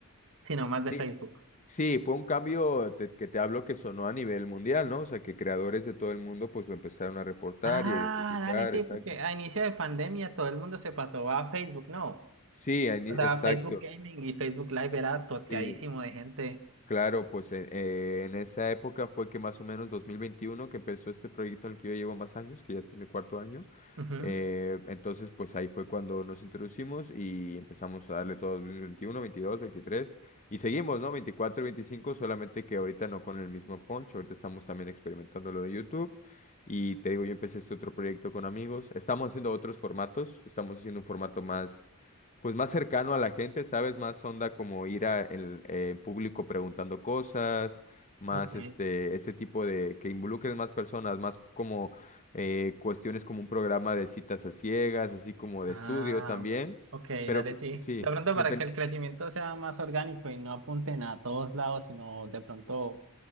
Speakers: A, on the right (about 65°); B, on the left (about 35°).
A: sino más de
B: sí,
A: Facebook.
B: sí, fue un cambio te- que te hablo que sonó a nivel mundial, ¿no? O sea, que creadores de todo el mundo pues lo empezaron a reportar
A: Ah,
B: y a identificar,
A: dale, sí,
B: exacto.
A: porque a inicio de pandemia todo el mundo se pasó a Facebook, ¿no?
B: Sí, a ini-
A: O sea,
B: exacto.
A: Facebook Gaming y Facebook Live era toteadísimo
B: Sí,
A: de gente.
B: Claro, pues eh, eh, en esa época fue que más o menos 2021 que empezó este proyecto en el que yo llevo más años, que ya este es mi cuarto año.
A: Ujú,
B: Eh, entonces, pues ahí fue cuando nos introducimos y empezamos a darle todo 2021, 22, veintitrés y seguimos, ¿no? 24, y 25, solamente que ahorita no con el mismo punch, ahorita estamos también experimentando lo de YouTube. Y te digo, yo empecé este otro proyecto con amigos. Estamos haciendo otros formatos, estamos haciendo un formato más pues más cercano a la gente, ¿sabes? Más onda como ir a- en, eh, en público preguntando cosas, más
A: Ok.
B: este, este tipo de que involucren más personas, más como eh, cuestiones como un programa de citas a ciegas, así como de
A: Ah,
B: estudio también,
A: ok,
B: pero
A: dale,
B: que,
A: sí. De
B: sí,
A: pronto
B: conten-
A: para que el crecimiento sea más orgánico y no apunten a todos lados, sino de pronto